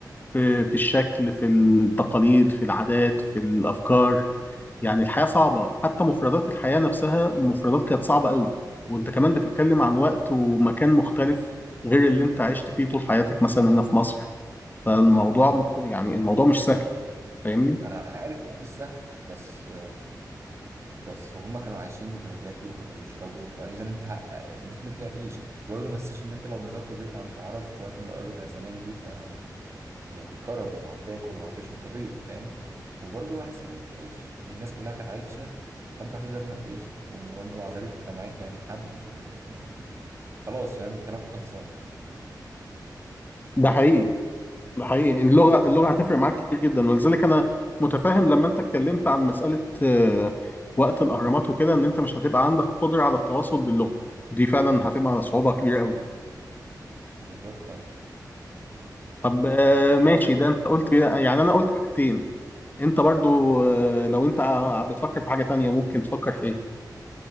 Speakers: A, on the left (about 25°); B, on the right (about 40°).
A: في في الشكل في التقاليد في العادات في الأفكار يعني الحياة صعبة حتى مفردات الحياة نفسها مفردات كانت صعبة قوي وانت كمان بتتكلم عن وقت ومكان مختلف غير اللي انت عشت فيه طول حياتك مثلا هنا في مصر فالموضوع مخ... يعني الموضوع مش سهل فاهمني
B: انا عارف ان هو مش سهل بس بس هما كانوا عايشين وكانوا بياكلوا وكانوا بيشربوا فاذا انت ديفنتلي هتعيش وبرضه ما تنساش ان انت لو نزلت ضيف عند العرب في وقت من الاوقات بتاع زمان دي ف يعني كرم وهتاكل وهتشرب انت ضيف فاهم وبرضه حاسس ان انت هتعيش يعني الناس كلها كانت عايشه فانت هتقدر انك تعيش وبرضه مع ذلك انت معاك يعني حد يعني خلاص فاهم الكلام خلصان
A: ده حقيقي ده حقيقي اللغة اللغة هتفرق معاك كتير جدا ولذلك أنا متفاهم لما أنت اتكلمت عن مسألة آه، وقت الأهرامات وكده إن أنت مش هتبقى عندك قدرة على التواصل باللغة دي فعلا هتبقى صعوبة كبيرة أوي
B: بالظبط اه
A: طب آه، ماشي ده أنت قلت يعني أنا قلت حاجتين أنت برضو آه، لو أنت ع- بتفكر في حاجة تانية ممكن تفكر في إيه؟